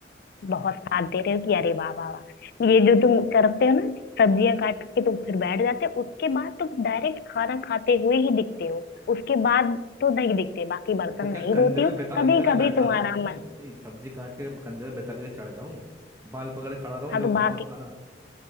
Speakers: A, on the left; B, on the right.
A: बहुत साथ दे रहे हो कि अरे वाह वाह वाह ये जो तुम करते हो ना सब्जियां
B: हम्म।
A: काट के तुम फिर बैठ जाते हो उसके बाद तुम डायरेक्ट खाना खाते हुए ही दिखते हो उसके बाद तो नहीं दिखते बाकी बर्तन
B: तो क्या
A: नहीं
B: कंधे
A: धोती
B: पे
A: हो
B: बेताल
A: कभी
B: की तरह
A: कभी
B: बैठा
A: तुम्हारा
B: रहा हूँ नहीं
A: मन
B: नहीं सब्जी काट के कंधे पे बेताल के चढ़ जाऊं बाल पकड़ खड़ा रहूं
A: हाँ
B: लो
A: तो बाकी
B: बनाओ खाना